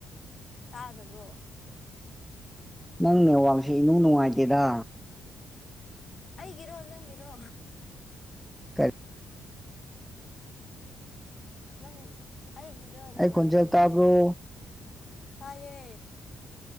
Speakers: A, on the left (about 45°); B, in the centre.
A: ꯇꯥꯗꯕ꯭ꯔꯣ
B: ꯅꯪꯅꯦ ꯋꯥꯡꯁꯤ ꯏꯅꯨ ꯅꯨꯡꯉꯥꯏꯇꯦꯗ
A: ꯑꯩꯒꯤꯔꯣ ꯅꯪꯒꯤꯔꯣ
B: ꯀꯔꯤ
A: ꯅꯪ ꯑꯩꯒꯤꯗꯣ ꯅꯨꯡꯉꯥꯏꯇ꯭ꯔꯤꯁꯦ
B: ꯑꯩ ꯈꯣꯟꯖꯦꯜ ꯇꯥꯕ꯭ꯔꯣ
A: ꯇꯥꯏꯌꯦ